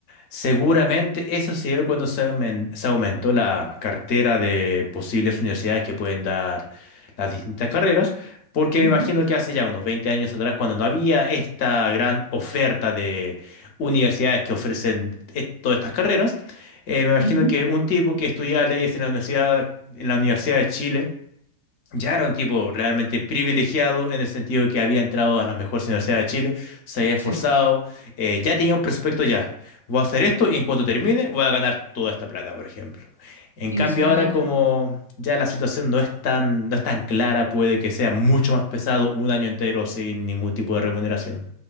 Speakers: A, on the left; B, on the right.
A: seguramente eso se dio cuando se, aumen- se aumentó la cartera de posibles universidades que pueden dar las distintas carreras, porque
B: Ujú,
A: me imagino que hace ya unos 20 años atrás, cuando no había esta gran oferta de universidades que ofrecen eh, todas estas carreras, eh, me imagino
B: ujú.
A: que un tipo que estudiaba leyes en la universidad, en la Universidad de Chile, ya era un tipo realmente privilegiado en el sentido de que había entrado a las mejores universidades de Chile, se había esforzado,
B: Sí, va.
A: eh, ya tenía un prospecto ya. Voy a hacer esto y en cuanto termine voy a ganar toda esta plata, por ejemplo. En
B: Exacto.
A: cambio ahora como ya la situación no es tan, no es tan clara, puede que sea mucho más pesado un año entero sin ningún tipo de remuneración.